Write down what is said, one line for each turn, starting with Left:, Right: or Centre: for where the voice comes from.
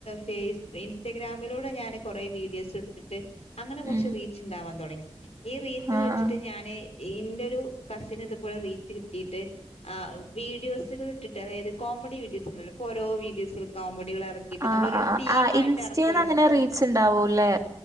Left: ഫേസ് ഇൻസ്റ്റഗ്രാമിലൂടെ ഞാന് കൊറെേ വീഡിയോസ് ഇട്ടിട്ട് അങ്ങനെ കുറച്ച്
Right: ഉം
Left: റീച്ച് ഉണ്ടാവാൻ തുടങ്ങി. ഈ റീച്ച്
Right: ആഹ്
Left: വെച്ചിട്ട്
Right: ആഹ്
Left: ഞാന് എന്റെ ഒരു കസിന് ഇതുപോലെ റീച്ച് കിട്ടീട്ട് ആ വീഡിയോസകൾ ഇട്ടിട്ട്, അതായത് കോമഡി വീഡിയോസ് ഉണ്ടല്ലോ ഇപ്പോഓരോ വീഡിയോസൽ കോമഡി ഡികള ഇറക്കിയിട്ട്
Right: ആഹ്
Left: നമ്മളൊരു
Right: ആഹ് ആഹ്
Left: ടീം
Right: ആഹ്
Left: ആയിട്ട്
Right: ഇൻസ്റ്റേന്ന്
Left: ഇറക്കല്ലോ.
Right: അങ്ങനെ റീൽസ് ഇണ്ടാവൂല്ലേ?